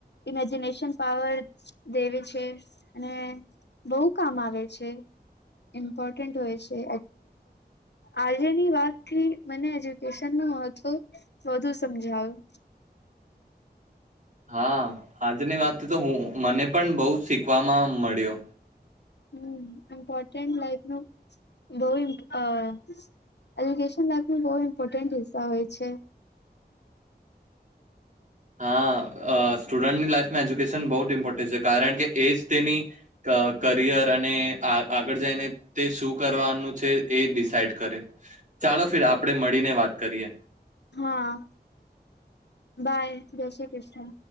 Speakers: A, on the left (about 80°); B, on the right (about 45°).
A: ઇમેજિનેશન પાવર દેવે છે અને બહુ કામ આવે છે ઇમ્પોર્ટન્ટ હોય છે આજેની વાતથી મને એજુકેશન નું મહત્વ વધુ સમજાવું.
B: હા આજની વાત તો હું મને પણ બહુ શીખવામાં મળ્યો.
A: હમ્મ ઇમ્પોર્ટન્ટ લાઈફનું બહુ એજુકેન લાઈફ નું બહ ઇમ્પોર્ટન્ટ હિસ્સા હોય છે.
B: હા અ સ્ટુડન્ટની લાઈફમાં એજુકેશન બહુ ઇમ્પોર્ટેન્ટ છે કારણ કે. એ જ તેની કરિયર અને આગળ જઈને તે શું. કરવાનું. છે એ ડિસઈ ચાલો આપ મળીને વાત કરીએ.
A: હા બાય જય શ્રી કૃષ્ણ.